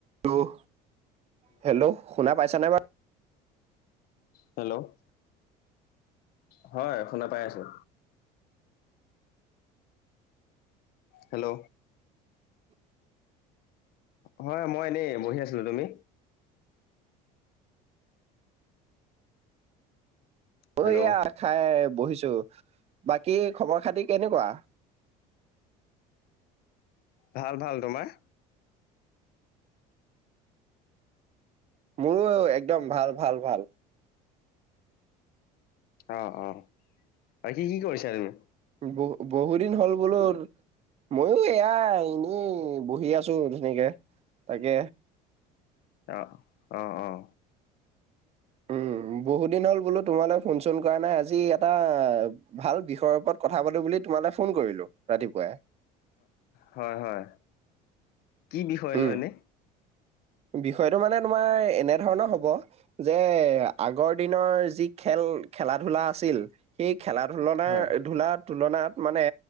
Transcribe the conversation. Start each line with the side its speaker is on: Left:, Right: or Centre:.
Right: ল্ল'। হেল্ল', শুনা পাইছা নে বা
Left: হেল্ল', হয় শুনা পাই আছো। হেল্ল'। হয়, মই এনেই বহি আছিলো, তুমি?
Right: অ
Left: হেল্ল'
Right: এয়া খাই বহিছো বাকী খবৰ-খাতি কেনেকুৱা?
Left: ভাল ভাল, তোমাৰ?
Right: মোৰো একদম ভাল ভাল ভাল।
Left: অ অ আৰু কি কি কৰিছা তুমি?
Right: বহু বহুদিন হ'ল বোলো ময়ো এয়াই এনেই বহি আছো ধুনিয়াকে, তাকে।
Left: অহ অহ অহ।
Right: উম। বহুত দিন হ'ল বোলো তোমালৈ ফোন চোন কৰা নাই আজি এটা ভাল বিষয়ৰ ওপৰত কথা পাতো বুলি তোমালৈ ফোন কৰিলো ৰাতিপুৱাই।
Left: হয় হয় কি বিষয়
Right: উম
Left: লয় এনে।
Right: বিষয়টো মানে তোমাৰ এনে ধৰণৰ হ'ব যে আগৰ দিনৰ যি খেল খেলা ধূলা আছিল সেই খেলা ধূলনাৰ
Left: হয়
Right: ধুলাত তুলনাত মানে